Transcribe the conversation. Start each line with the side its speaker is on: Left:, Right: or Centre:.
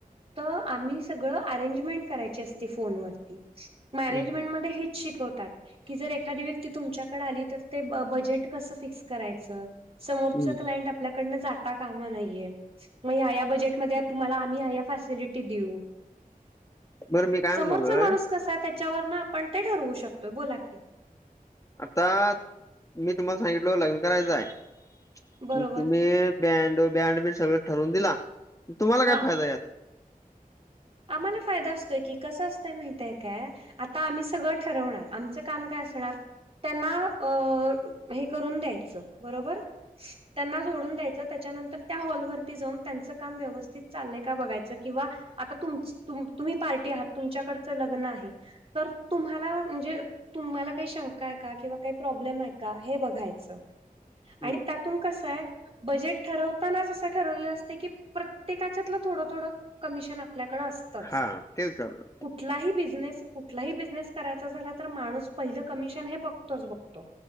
Right: तर आम्ही सगळ अरेंजमेंट करायची अस फोन वरती मॅनेजमेंटमध्ये
Left: हम्म हम्म.
Right: हे शिकवतात. कि जर एखादी व्यक्ती तुमच्याकडे आली, तर ते बजेट कसं फिक्स करायचं. समोरच
Left: हम्म.
Right: क्लायंट आपल्याकडन जाता कामा नहिये, मग ह्या-ह्या बजेटमध्ये तुम्हाला आम्ही ह्या या फॅसिलिटी देऊ
Left: बरं मी काय
Right: समोरचा
Left: म्हणालोय
Right: माणूस कसाय त्याच्यावरन आपण ते ठरवू शकतोय बोला की
Left: आता मी तुम्हाला सांगितलो लग्न करायचं आहे
Right: बरोबर
Left: तुम्ही बँड बँड बि सगळ ठरवून दिला तुम्हाला काय
Right: हा
Left: फायदा यात
Right: आम्हाला फायदा असतोय की कसा असतंय माहितय काय आता आम्ही सगळं ठरवणार आमचं काम काय असणार त्यांना अ हे करून द्यायचं बरोबर त्यांना जोडून द्यायचं त्याच्यानंतर त्या हॉलवरती जाऊन त्यांचं काम व्यवस्थित चाललंय का बघायचं किंवा आता तुमच तुम्ही पार्टी आहात तुमच्याकडचं लग्न आहे तर तुम्हाला म्हणजे तुम्हाला काही शंका आहे का किंवा काही प्रॉब्लेम आहे का हे बघायचं आणि
Left: हम्म
Right: त्यात पण कसं हाय बजेट ठरवतानाच असं ठरवलेल असते की प्रत्येकाच्यातलं थोडं थोडं कमिशन आप आपल्याकड असतच
Left: हा ते विचारलं
Right: कुठलाही बिझनेस कुठलाही बिझनेस करायचा झाला तर माणूस पहिलं कमिशन हे बघतोच बघतो